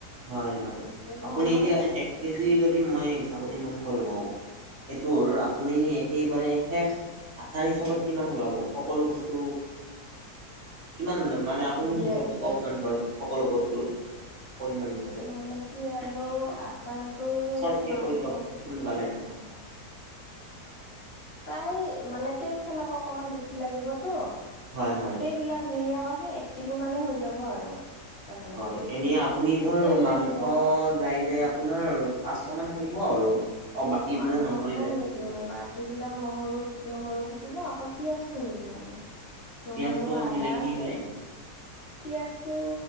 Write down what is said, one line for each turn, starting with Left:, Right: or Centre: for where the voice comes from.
Right: হয় হয়
Left: তাতে কম
Right: আপুনি
Left: হয়
Right: এতিয়া এক- কেজি যদি মই ছাগলী মাংস লওঁ, সেইটোৰ আপুনি- সেই মানে শেষ আচাৰ হিচাপত কিমান ওলাব সকলো বস্তু- কিমান মানে আপুনি
Left: দিয়াৰ
Right: মোক হিচাপটো
Left: পিছত
Right: কওকচোন ধৰ সকলো বস্তুৰ পৰিমাণটো?
Left: মানে কি আৰু আচাৰটো
Right: চৰ্টকে
Left: মাংসত,
Right: কৈ দিয়ক সোনকালে
Left: অহ- প্ৰায় মানে তেল চেলক অকনমান বেছি লাগিবতো,
Right: হয় হয়
Left: গোটেইবিলাক - মিলি আকৌ সেই এক কিলো মানে হৈ যাব আৰু। তাৰমানে
Right: হয় এনে আপুনি ধৰ
Left: তেল
Right: মাংস
Left: লাগিব
Right: যাই যে- আপোনাৰ পাঁচশমান থাকিব আৰু অ বাকীবিলাক
Left: মাংস
Right: নধৰিলে।
Left: কমি থাকিব বাকী বিলাক নহৰু নহৰু থাকিব অকল পিয়াজটো নিদিও আমি। নহৰু
Right: পিয়াজটো
Left: আদা-
Right: দিলে কি হয়
Left: পিয়াজটো